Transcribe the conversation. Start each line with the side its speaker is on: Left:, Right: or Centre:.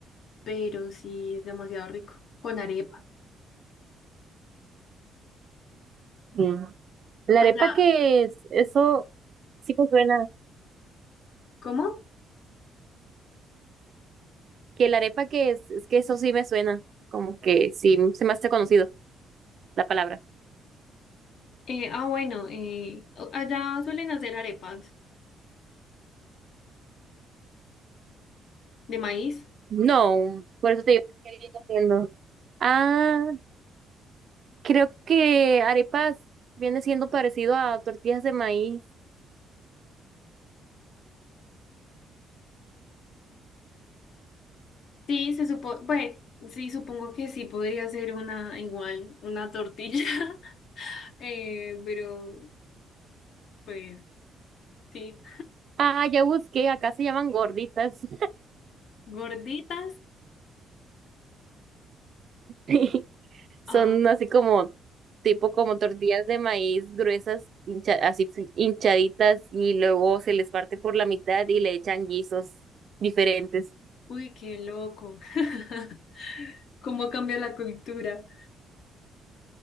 Left: pero sí es demasiado rico, con arepa.
Right: No. La
Left: Allá,
Right: arepa que es, eso sí me suena.
Left: ¿cómo?
Right: Que la arepa que es, es que eso sí me suena. Como que sí, se me hace conocido la palabra.
Left: Eh, ah, bueno, eh, o- allá suelen hacer arepas de maíz.
Right: No, por eso te digo que viene siendo. Ah, creo que arepas viene siendo parecido a tortillas de maíz.
Left: Sí, se supo, pues, sí, supongo que sí podría ser una igual, una tortilla, <laughs> eh, pero pues sí,
Right: Ah, ya busqué, acá se llaman gorditas.
Left: gorditas.
Right: <laughs> Son
Left: Ah,
Right: así como, tipo como tortillas de maíz gruesas, hincha- así fri- hinchaditas, y luego se les parte por la mitad y le echan guisos diferentes.
Left: uy, qué loco. <laughs> ¿Cómo cambia la cultura?